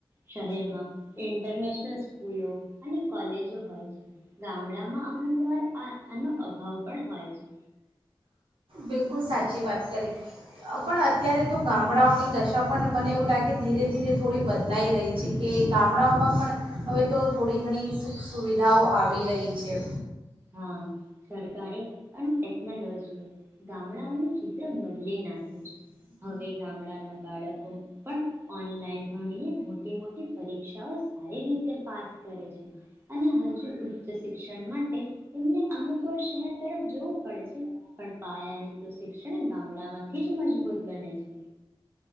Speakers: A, on the right (about 25°); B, on the right (about 80°).
A: શહેરમાં ઇન્ટરનેશ તા સ્કૂલો અને કોલેજો હોય છે. ગામડામાં અમુકવાર આ આનો અભાવ પણ હોય છે.
B: બિલકુલ સાચી વાત કરી પણ અત્યારે તો ગામડાઓની દશા પણ મને એવું લાગે ધીરે ધીરે થોડી બદલાઈ રહી છે કે ગામડાઓમાં પણ હવે તો થોડી ઘણી સુખ સુવિધાઓ આવી રહી છે.
A: હા સરકારે અને ટેકનોલોજીએ ગામડાઓનું ચિત્ર બદ લી નાખ્યું છે. હવે ગામડાના બાળકો પણ ઓનલાઈન ભણીને મોટી મોટી પરીક્ષાઓ સારી રીતે પાસ કરે છે. અને હજુ ઉચ્ચ શિક્ષણ માટે એમને અમુક વાર શહેર તરફ જવું પડે છે. પણ પાયાને તો શિક્ષણ ગામડામાંથી જ મજબૂત બને છે.